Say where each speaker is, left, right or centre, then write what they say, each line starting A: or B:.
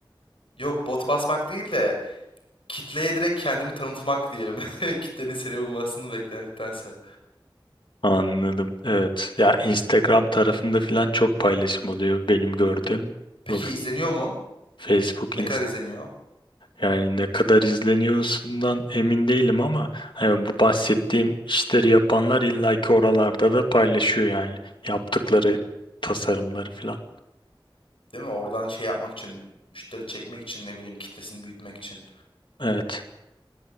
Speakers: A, on the left; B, on the left.
A: Yok bot basmak değil de kitleye direkt kendini tanıtmak diyelim. <laughs> Kitlenin seni bulmasını beklemektense.
B: Anladım. Evet. Ya Instagram tarafında falan çok paylaşım oluyor benim gördüğüm.
A: Peki
B: Bu
A: izleniyor mu?
B: Facebook,
A: Ne
B: Inst
A: kadar izleniyor?
B: Yani ne kadar izleniyorsundan emin değilim ama hani bu bahsettiğim işleri yapanlar illaki oralarda da paylaşıyor yani yaptıkları tasarımları falan.
A: Değil mi? Oradan şey yapmak için, müşteri çekmek için ne bileyim kitlesini büyütmek için.
B: Evet.